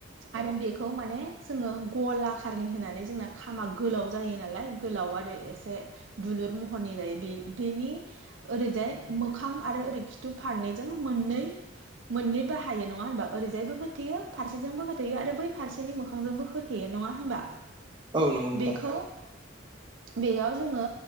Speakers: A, on the right; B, on the right.
A: आरो बेखौ माने जोङो गलाखारनि होनानै जोंना खामा गोलाव जायो नालाय गोलाव आरो एसे दुलुर महरनि जायो बे-बेनि ओरैजाय मोखां आरो ओरै खिथु फारनैजों मोननै मोननै बाहायो नङा होनोमबा? ओरैजायबो होथेयो फारसेजोंबो होथेयो आरो बै फारसेनि मोखांजोंबो होथेयो नङा होनबा?
B: औ नंगौ नोंथां।
A: बेखौ बेयाव जोङो